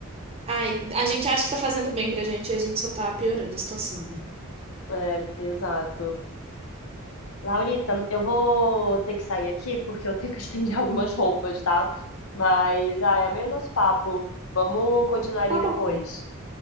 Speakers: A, on the right; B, on the left.
A: Ai, a gente acha que tá fazendo bem pra gente e a gente só tá piorando a situação, né?
B: é, exato. Laurita, eu vou ter que sair aqui porque eu tenho que estender <laughs> algumas roupas, tá? Mas, ai, amei o nosso papo. Vamos continuar ele
A: Tá
B: depois.
A: bom.